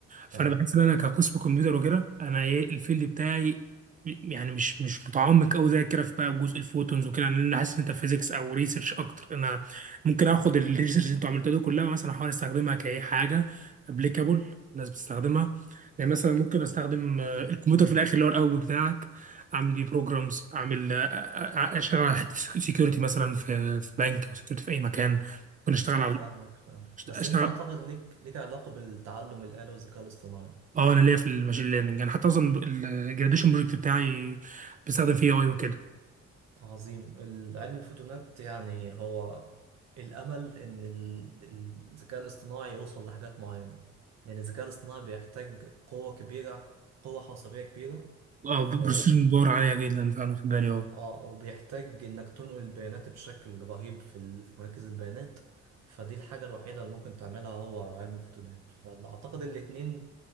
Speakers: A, on the right; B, on the right.
A: فانا
B: تمام
A: بحس ان انا كقسم كمبيوتر وكده انا ايه الفيلد بتاعي يعني مش مش متعمق قوي زي كده في بقى جزء الفوتونز وكده لان انا حاسس ان انت فيزيكس او ريسيرش اكتر انا ممكن اخد الريسيرش اللي انتوا عملتوها دي كلها مثلا احاول استخدمها كاي حاجه ابليكابل الناس بتستخدمها يعني مثلا ممكن استخدم آه، الكمبيوتر في الاخر اللي هو القوي بتاعك اعمل بيه بروجرامز اعمل آه، آه، اشتغل على حته سكيورتي مثلا في في بنك او سكيورتي في اي مكان ممكن اشتغل
B: اه
A: على
B: فاهمك فاهمك بس
A: اشتغل
B: انت اعتقد ليك ليك علاقة بالتعلم الآلي والذكاء الاصطناعي
A: اه انا ليا في الماشين ليرنينج يعني حتى اصلا الجراديشن بروجكت بتاعي بستخدم فيه اي وكده
B: عظيم علم الفوتونات يعني هو الأمل إن ال- ال- الذكاء الاصطناعي يوصل لحاجات معينة لأن الذكاء الاصطناعي بيحتاج قوة كبيرة قوة حاسوبية كبيرة
A: اه
B: ف
A: بروسيسنج باور عاليه جدا فعلا في بالي اه
B: آه وبيحتاج إنك تنقل البيانات بشكل رهيب في ال- في مراكز البيانات فدي الحاجة الوحيدة اللي ممكن تعملها هو علم الفوتونات فأعتقد الاتنين